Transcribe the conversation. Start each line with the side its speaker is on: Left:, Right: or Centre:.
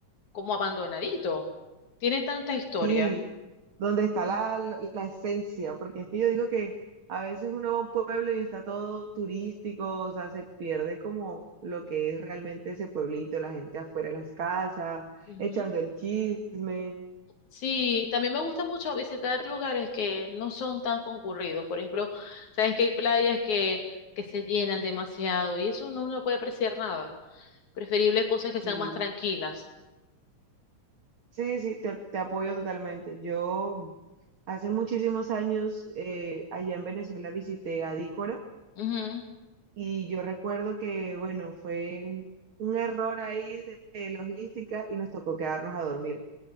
Left: como abandonadito, tiene tanta historia.
Right: Sí, donde está la, la esencia, porque es que yo digo que a veces uno va a un pueblo y está todo turístico, o sea, se pierde como lo que es realmente ese pueblito, la gente afuera de las casas,
Left: Ujú.
Right: echando el chisme.
Left: Sí, también me gusta mucho visitar lugares que no son tan concurridos. Por ejemplo, sabes que hay playas que, que se llenan demasiado y eso no, no puede apreciar nada. Preferible cosas
Right: Sí,
Left: que sean más tranquilas.
Right: sí, sí, te, te apoyo totalmente. Yo hace muchísimos años eh, allá en Venezuela visité Adícora
Left: Ujú,
Right: y yo recuerdo que, bueno, fue un, un error ahí de de logística y nos tocó quedarnos a dormir.